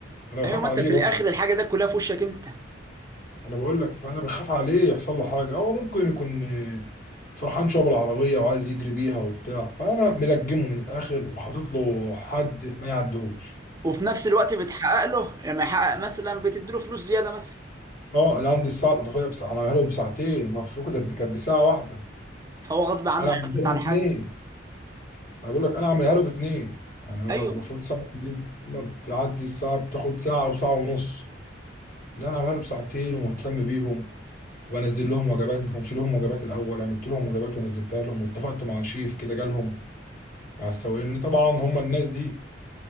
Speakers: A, on the left; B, on the right.
A: انا بخاف
B: ايوه ما
A: عليه
B: انت في
A: برضه
B: الاخر الحاجه ده كلها في وشك انت
A: انا بقول لك فانا بخاف عليه يحصل له حاجه هو ممكن يكون آه، فرحان شويه بالعربيه وعايز يجري بيها وبتاع فانا ملجمه من الاخر وحاطط له حد ما يعديهوش
B: وفي نفس الوقت بتحقق له لما يحقق مثلا بتديله فلوس زياده مثلا
A: اه انا عندي الساعه الاضافيه بساعه انا عاملها له بساعتين المفروض كانت كانت بساعه واحده
B: فهو غصب عنه
A: انا عاملها
B: هيحافظ على
A: له باتنين
B: حاجه
A: انا بقول لك انا عاملها له باتنين يعني هو
B: ايوه
A: المفروض ساعه دي ما بتعدي الساعه بتاخد ساعه وساعه ونص لا انا عاملها له بساعتين ومهتم بيهم وبنزل لهم وجبات ما كانش لهم وجبات الاول عملت لهم وجبات ونزلتها لهم واتفقت مع شيف كده جالهم مع السواقين طبعا هم الناس دي